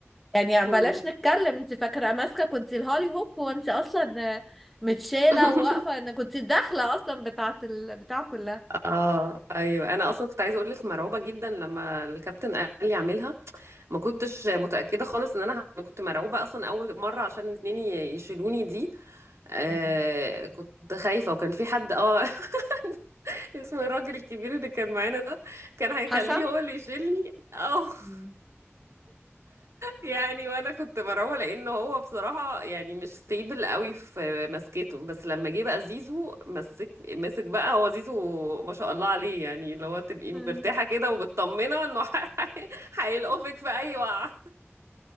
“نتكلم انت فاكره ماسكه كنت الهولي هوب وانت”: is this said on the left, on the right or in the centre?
Centre